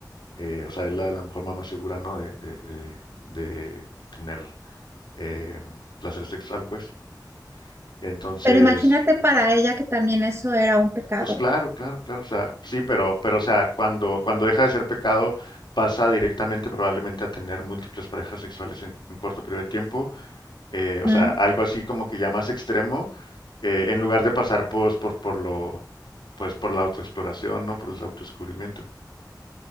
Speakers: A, on the left; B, on the right.
A: eh, o sea, es la, la forma más segura, ¿no? De, de, de- de tener eh, placer sexual, pues. Entonces,
B: Pero imagínate para ella que también eso era un pecado.
A: pues claro, claro, claro, o sea, sí, pero, pero, o sea, cuando, cuando deja de ser pecado, pasa directamente probablemente a tener múltiples parejas sexuales en un corto periodo de tiempo, eh, o
B: ¿m?
A: sea, algo así como que ya más extremo, eh, en lugar de pasar pues, por, por lo, pues, por la autoexploración, ¿no? Por el autodescubrimiento.